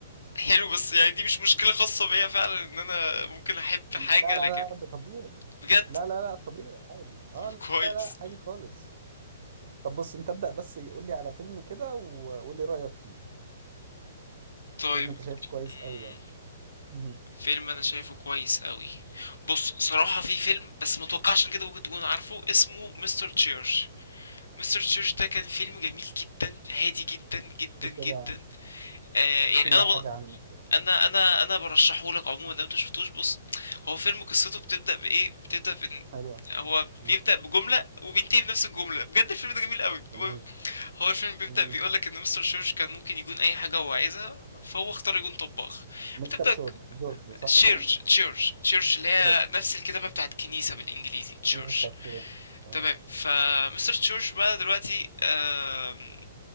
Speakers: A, on the left (about 75°); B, on the right (about 55°).
A: حلو بس يعني دي مش مشكلة خاصة بيا فعلا ان انا ممكن احب
B: لا
A: حاجة
B: لا
A: لكن
B: لا ده طبيعي
A: بجد
B: لا لا لا طبيعي عادي اه
A: طب كويس
B: لا لا عادي خالص طب بص انت ابدأ بس قول لي على فيلم كده وقول لي رأيك فيه
A: طيب
B: فيلم انت شايفه كويس
A: مم،
B: قوي يعني مهم.
A: فيلم انا شايفه كويس قوي بص صراحة في فيلم بس متوقعش ان كده ممكن تكون عارفه اسمه مستر تشيرش مستر تشيرش ده كان فيلم جميل جدا هادي جدا جدا
B: قول لي
A: جدا
B: كده
A: آه يعني
B: احكي
A: انا
B: لي
A: بل...
B: حاجة عنه كده
A: انا انا انا برشحه لك عموما لو انت شفتوش بص هو فيلم قصته بتبدا بايه بتبدا بان
B: حلوة
A: هو
B: مم.
A: بيبدا بجمله وبينتهي بنفس الجمله بجد الفيلم ده جميل قوي
B: جميل
A: المهم، هو الفيلم بيبدا
B: جميل
A: بيقول لك ان مستر تشيرش كان ممكن يكون اي حاجه هو عايزها فهو اختار يكون طباخ
B: مستر
A: بتبدا
B: شورد جورج صح
A: تشيرش
B: كده؟
A: تشيرش تشيرش اللي هي
B: شورد
A: نفس الكتابه بتاعت كنيسه بالانجليزي تشيرش
B: مستر كده تمام
A: تمام فمستر تشورش بقى دلوقتي آم،